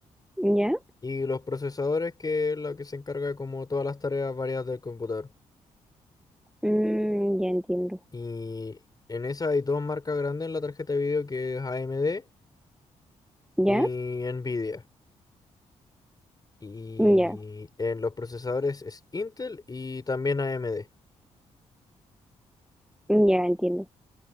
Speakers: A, in the centre; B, on the left.
A: Ya,
B: y los procesadores, que es lo que se encarga como todas las tareas variadas del computador.
A: mm, ya entiendo,
B: Y en esa hay dos marcas grandes en la tarjeta de video que es AMD
A: ya,
B: y Nvidia. Y
A: ya,
B: en los procesadores es Intel y también AMD.
A: ya entiendo.